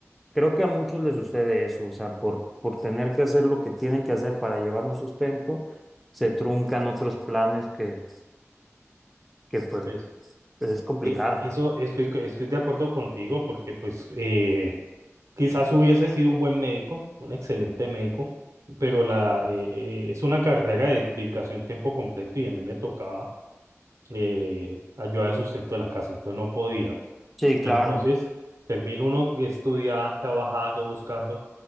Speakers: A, in the centre; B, on the right.
A: creo que a muchos les sucede eso, o sea, por, por tener que hacer lo que tienen que hacer para llevar un sustento, se truncan otros planes que, que pues
B: Pues
A: es complicado.
B: eh, eso estoy, estoy de acuerdo contigo porque pues... eh, Quizás hubiese sido un buen médico, un excelente médico, pero la, eh, eh, es una carrera de dedicación tiempo completo y a mí me tocaba eh, ayudar al sustento de la casa, entonces no podía.
A: Sí, claro.
B: Entonces termino uno estudiando, trabajando, buscando,